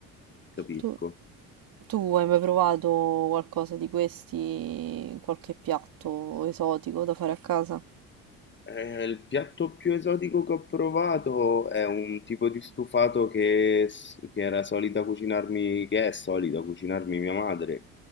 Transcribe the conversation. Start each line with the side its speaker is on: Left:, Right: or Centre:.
Left: capisco.
Right: Tu tu hai mai provato qualcosa di questi, qualche piatto esotico da fare a casa?
Left: Eh, il piatto più esotico che ho provato è un tipo di stufato che, s- che era solita cucinarmi, che è solita cucinarmi mia madre,